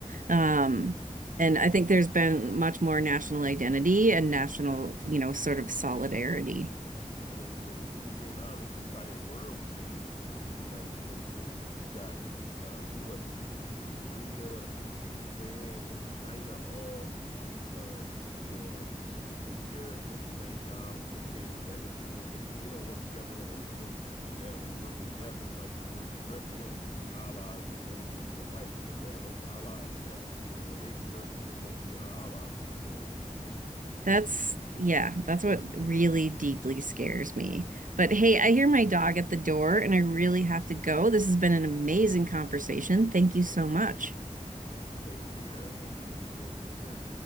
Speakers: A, on the right; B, on the left.
A: Um, and I think there's been much more national identity and national, you know, sort of solidarity.
B: I mean, but if we're just being honest, the entire world seems to be uniting against us. You got, uh, who was it? Korea, Japan, and China all uh doing reciprocal tariffs at the same time and they came together to do it. They were they don't work together on anything, but now they working together. Like we're strengthening allies and enemies alike. And now those allies uh, even when they're strengthened, they won't be our allies anymore.
A: That's, yeah, that's what really deeply scares me. But hey, I hear my dog at the door and I really have to go. This has been an amazing conversation. Thank you so much.
B: Same here. Hopefully we can do it again.